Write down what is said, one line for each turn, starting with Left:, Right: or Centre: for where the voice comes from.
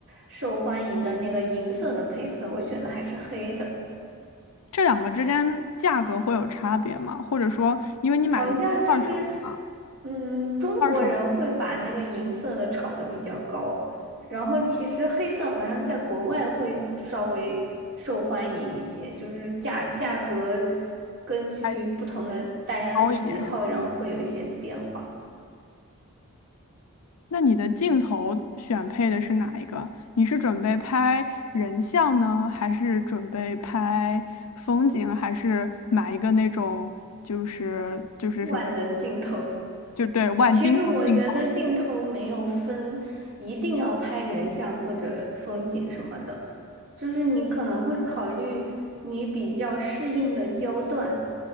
Right: 受欢迎的那个银色的配色，我选的还是黑的。
Left: 这两个之间价格会有差别吗？或者说，因为你买的不是二手的嘛，
Right: 好像就是，嗯，中国人会把那个银色的炒得比较高，
Left: 二手的
Right: 然后其实黑色好像在国外会稍微受欢迎一些，就是价价格根据不同的大家的喜好，
Left: 还高一点是吗？
Right: 然后会有一些变化。
Left: 那你的镜头选配的是哪一个？你是准备拍人像呢，还是准备拍风景，还是买一个那种就是就是什么？
Right: 万能镜头。
Left: 就对，万金油镜头，
Right: 其实我觉得镜头没有分一定要拍人像或者风景什么的，就是你可能会考虑你比较适应的焦段，